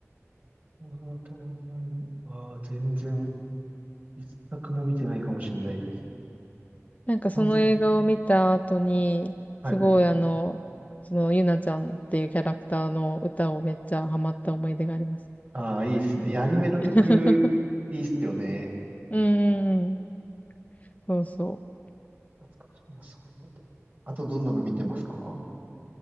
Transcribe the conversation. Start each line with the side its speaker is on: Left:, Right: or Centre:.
Right: オーナイわあ全然、一作も見てないかもしれないです。
Left: なんかその映画を見た後に、
Right: 三作。はい。
Left: すごいあの、そのゆなちゃんっていうキャラクターの歌をめっちゃハマった思い出があります。
Right: ああ、いいですね。いや、アニメの曲、
Left: <laughs>
Right: いいっすよね。
Left: うんうんうん。そうそう。
Right: 懐かしいな、そうだった。あとどんなの見てますか